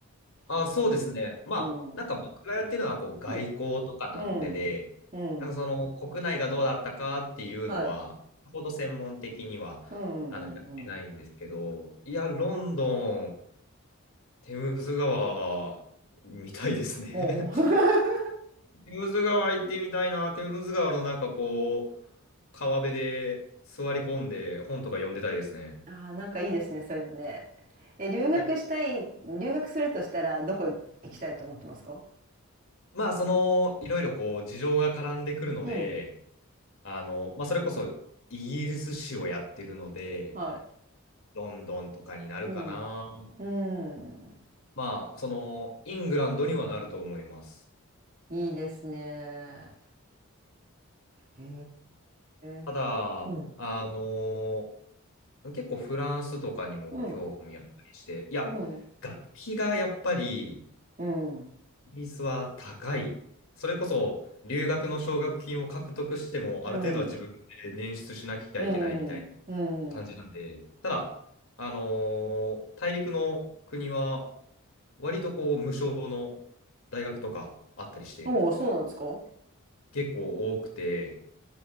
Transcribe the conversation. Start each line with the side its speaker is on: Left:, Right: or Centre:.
Left: あ、
Right: ことだ
Left: そうですね。まあ、
Right: とうん
Left: なんか僕がやってるのはこう外交とかなんで、
Right: うんうんうん
Left: なんかその国内がどうだったかっていうのは、
Right: はい。
Left: さほど専門的にはあのやってないんですけど、
Right: うんうんうん。
Left: いや、ロンドン、テムズ川みたいですね。
Right: おお。<laughs>
Left: <laughs> テムズ川行ってみたいな。テムズ川のなんかこう、川辺で座り込んで本とか読んでたいですね。
Right: ああ、なんかいいですね、そういうのね。え、留学したい、
Left: え、
Right: 留学するとしたら、どこ行きたいと思ってますか
Left: まあそのいろいろこう事情が絡んでくるので、
Right: うん。
Left: あの、まあ、それこそイギリス史をやってるので、
Right: はい。
Left: ロンドンとかになるかな。
Right: うん。うん。
Left: まあ、その、イングランドにはなると思います。
Right: いいですね。へえ。
Left: ただ、
Right: うん。
Left: あの、結構フランスとかにも興味あったりして、
Right: うん。
Left: いや、
Right: うん。
Left: 学費がやっぱりイ
Right: うん。
Left: ギリスは高い。それこそ留学の奨学金を獲得しても、
Right: うん。
Left: ある程度は自分で捻出しなきゃいけないみたいな
Right: うん。うん。
Left: 感じなんで、ただ、あのー大陸の国は割とこう無償の大学とかあったりして
Right: おお、そうなんですか
Left: 結構多くて